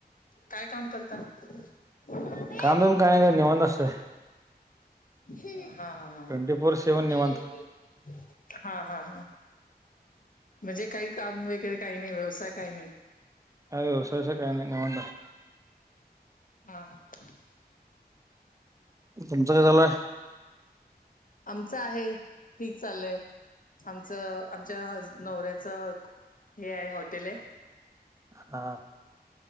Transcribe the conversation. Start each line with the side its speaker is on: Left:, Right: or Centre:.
Left: काय काम करता? <inaudible>
Right: काम बीम काय <unintelligible> निवांत असतय.
Left: <inaudible> हा, हा,
Right: ट्वेंटी फोर
Left: हा.
Right: सेव्हन निवांत
Left: हा, हा, हा. म्हणजे, काही काम वगैरे काही नाही. व्यवसाय काही नाही.
Right: काय व्यवसाय असा काय नाही. निवातंय.
Left: हां, ह.
Right: तुमचं काय चालूय?
Left: आमचं आहे. ठीक चालय. आमचं, आमच्या हज नवऱ्याचं, हे आहे हॉटेलय.
Right: हा.